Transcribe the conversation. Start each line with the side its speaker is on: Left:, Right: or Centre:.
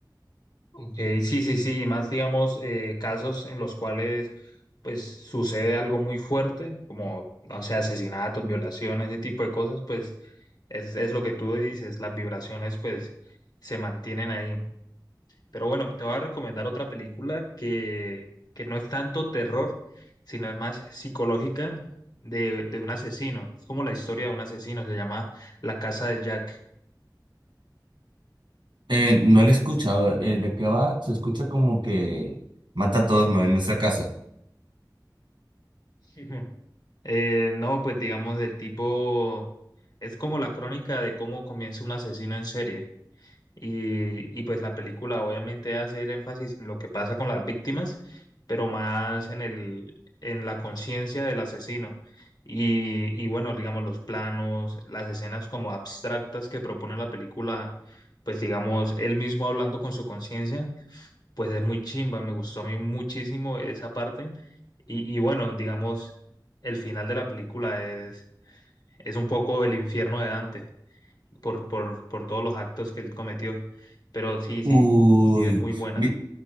Left: Ok, sí, sí, sí, y más digamos eh, casos en los cuales pues sucede algo muy fuerte, como, no sé, asesinatos, violaciones, ese tipo de cosas, pues es, es lo que tú dices, las vibraciones pues se mantienen ahí. Pero bueno, te voy a recomendar otra película que, que no es tanto terror, sino es más psicológica de, de un asesino. Es como la historia de un asesino, se llama La Casa de Jack.
Right: Eh, no lo he escuchado. eh, ¿de qué va? Se escucha como que mata a todos, ¿no? En esa casa.
Left: Ujú. Eh, no, pues digamos del tipo, es como la crónica de cómo comienza un asesino en serie. Y, y pues la película obviamente hace el énfasis en lo que pasa con las víctimas, pero más en el, en la conciencia del asesino. Y, y bueno, digamos los planos, las escenas como abstractas que propone la película, pues digamos él mismo hablando con su conciencia pues es muy chimba, me gustó a mí muchísimo esa parte. Y, y bueno, digamos, el final de la película es, es un poco el infierno de Dante por, por, por todos los actos que él cometió. Pero sí,
Right: Uy,
Left: sí, sí, es muy buena.
Right: mi-